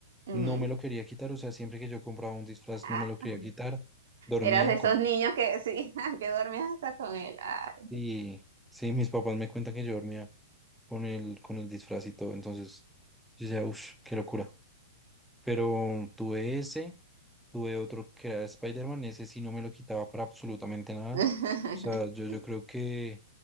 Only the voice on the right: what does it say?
ujú.
Ah,
eras de esos
niños que, sí, <laughs> que dormías hasta con él. Ay.
<laughs>